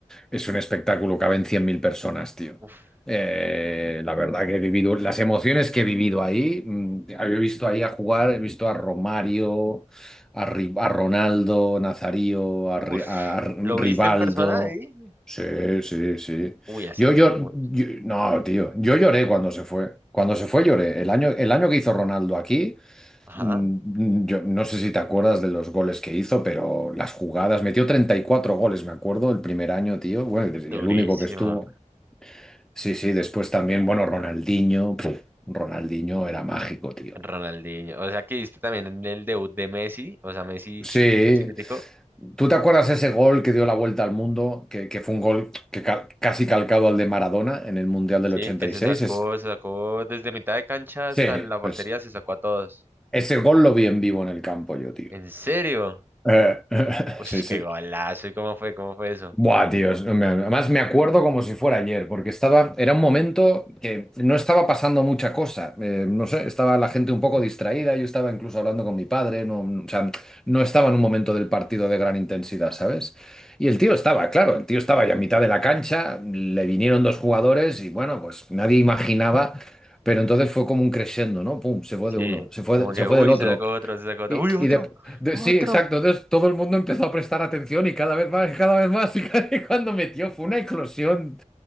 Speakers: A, in the centre; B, on the right.
A: es un espectáculo, caben 100.000 personas, tío.
B: Uf,
A: Eh, la verdad que he vivido, las emociones que he vivido ahí, mm, he visto ahí a jugar, he visto a Romario a, Ri- a Ronaldo, Nazario,
B: uf.
A: a, Ri- a
B: ¿Lo
A: Rivaldo.
B: viste en persona ahí?
A: Sí, sí, sí.
B: Uy, hace
A: Yo,
B: un...
A: yo,
B: buen-
A: yo- no, tío, yo lloré cuando se fue. Cuando se fue lloré. El año, el año que hizo Ronaldo aquí,
B: Ajá,
A: mm, yo no sé si te acuerdas de los goles que hizo, pero las jugadas, metió 34 goles, me acuerdo, el primer año, tío. Bueno, y
B: durísimo.
A: el único que estuvo. Sí, sí, después también, bueno, Ronaldinho, puf, Ronaldinho era mágico, tío.
B: Ronaldinho. O sea que viste también en el debut de Messi, o sea, Messi
A: Sí.
B: chiquitico, chiquitico.
A: ¿Tú te acuerdas ese gol que dio la vuelta al mundo? Que, que fue un gol que ca- casi calcado al de Maradona en el Mundial del
B: Sí,
A: 86.
B: que se sacó,
A: Es,
B: se sacó desde mitad de cancha
A: sí,
B: hasta la portería,
A: pues
B: se sacó a todos.
A: ese gol lo vi en vivo en el campo yo, tío.
B: ¿En serio?
A: Eh,
B: Uy,
A: <laughs> sí, sí.
B: qué golazo. ¿Y cómo fue? ¿Cómo fue eso?
A: Buah, tío, es- me- además me acuerdo como si fuera ayer, porque estaba, era un momento que no estaba pasando mucha cosa. Eh, no sé, estaba la gente un poco distraída, yo estaba incluso hablando con mi padre, no, o sea, no estaba en un momento del partido de gran intensidad, ¿sabes? Y el tío estaba, claro, el tío estaba ya a mitad de la cancha, le vinieron dos jugadores y bueno, pues nadie imaginaba, pero entonces fue como un crescendo, ¿no? Pum, se fue
B: Sí,
A: de uno, se fue,
B: como que,
A: se fue
B: uy,
A: del otro.
B: se sacó otro, se sacó otro,
A: Y,
B: uy, otro,
A: y de, de-
B: otro.
A: sí, exacto. Entonces todo el mundo empezó a prestar atención y cada vez más, y cada vez más. Y, <laughs> cada- y cuando metió fue una eclosión.